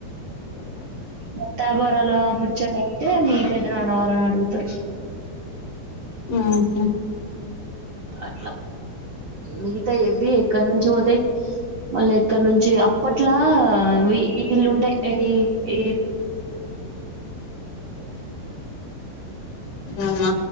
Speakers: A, on the right (about 55°); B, on the left (about 75°).
A: దత్తాభారాల ముచ్చటా అయితే మీ పెదనాన వాళనా అడుగుతారు
B: మ్మ్ హ్మ్
A: అట్లా మిగతా ఇవి ఎక్కడ నుంచి పోతాయి మళ్ళీ ఎక్కడ నుంచి అప్పట్ ఇట్లా వీలుుండే ఏ ఏ
B: అవునా